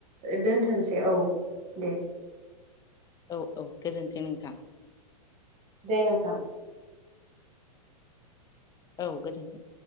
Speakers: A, on the right; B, on the left.
A: दोनथ'सै औ दे।
B: औ औ गोजोन्थों नोंथां।
A: दे नोंथां।
B: औ गोजोन्थों।